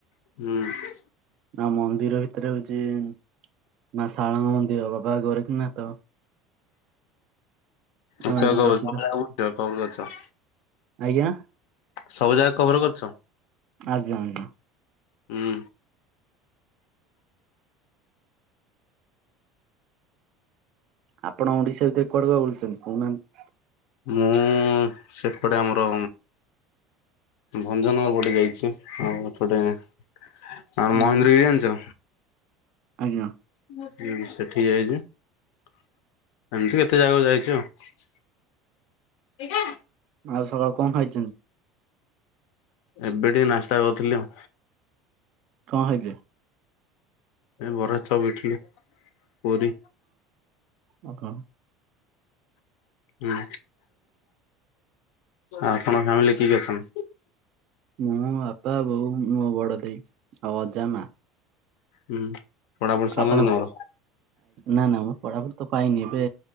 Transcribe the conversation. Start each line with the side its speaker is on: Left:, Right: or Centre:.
Left: ହୁଁ
Right: ମନ୍ଦିର ଭିତରେ ହେଉଛି ମା ଶାରଳାଙ୍କ ମନ୍ଦିର ବାବା ଗେରେଖ ନାଥ ଆମର
Left: ଆଛା
Right: ଏଠୁ
Left: ଆଛା
Right: ପ୍ରସିଦ୍ଧ
Left: କେଉଁଠି ଅଛ
Right: ଆଜ୍ଞା
Left: ସବୁ ଜାଗା ଖବର କରୁଛ
Right: ଆଜ୍ଞା ଆଜ୍ଞା।
Left: ହୁଁ
Right: ଆପଣ ଓଡ଼ିଶା ଭିତରେ କୁଆଡ଼େ କୁଆଡ଼େ ବୁଲିଛନ୍ତି କହୁନାହାନ୍ତି
Left: ମୁଁ ସେପଟେ ଆମର ଭଞ୍ଜନଗର ପଟେ ଯାଇଛି ଆଉ ପଟେ ଆଉ
Right: ହୁଁ।
Left: ମହେନ୍ଦ୍ରଗିରି ଜାଣିଛ
Right: ଆଜ୍ଞା
Left: ହଁ ସେଠି ଯାଇଛି ଏମିତି କେତେ ଜାଗାକୁ ଯାଇଛି ଆଉ ଏଇଟା
Right: ଆଉ ସକାଳୁ କଣ ଖାଇଛନ୍ତି
Left: ଏବେ ଟିକେ ନାସ୍ତା କରିଥିଲି ଆଉ
Right: କଣ ଖାଇଥିଲେ
Left: ଏ ବରା ଚପ୍ ଇଟିଲି ପୁରୀ
Right: ଆପଣ?
Left: ହୁଁ ଆପଣଙ୍କ ଫ୍ୟାମିଲିରେ କିଏ କିଏ ଅଛନ୍ତି
Right: ମୁଁ ବାପା ବୋଉ ମୋ ବଡ଼ ଦେଇ ଆଉ ଅଜା ମା
Left: ହୁଁ ପଢାପଢି ସରିଲାଣି
Right: ଆପଣ
Left: ତମର?
Right: ନା ନା ମୁଁ ପଢ଼ାପଢ଼ି ତ ପାଇନି ଏବେ